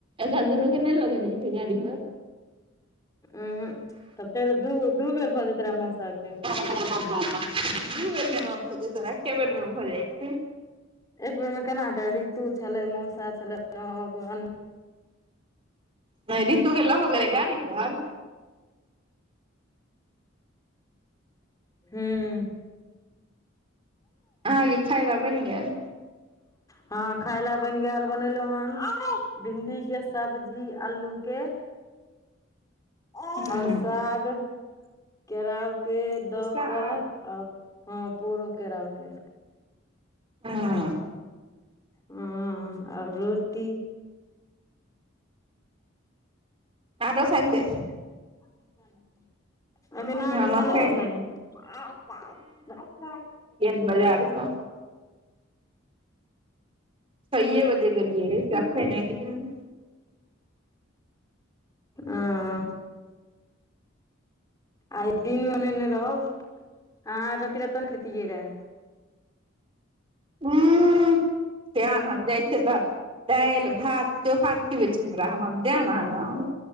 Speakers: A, on the right; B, on the left.
A: एकरा दुनू के नहि लक जाय छै गाड़ी पर।
B: उ हुं फेर दू- दू बेर भ जेत रहे मास्साब के।
A: <unintelligible> दू बेर केना भजेतन एके बेरमे भ जाइ। छै
B: एक बेर मे केना हेतय, ऋतु छलै मौसा छलैत।
A: नहि, रीतु के लह गेलय गाड़ी पर।
B: हूं।
A: अहांके खाय ले बनि गेल।
B: हं खाय ले बनि गेल बनेलहुं हन भिंडी के सब्जी अल्लू के। और
A: हूँ
B: साग केराउ के। द
A: साग
B: क आ हं पोरो केराउ के।
A: हं अ।
B: हं और रोटी।
A: आंटो सैनि दे छी।
B: <inaudible> <inaudible> एखन अहांके
A: हँ
B: खायले
A: मकइ
B: नहि भेल हन‌।
A: बजार स छइये बजे गेलियए से एखैन एलियैहऽ।
B: अं आइ दिनमे नेने रहो, हां रती र ने खेतियै रह।
A: <inaudible> तेहन हम जाइ छिय त, दालि भात चोखा खिबै छी हमरा, हम जेब अहां गांव।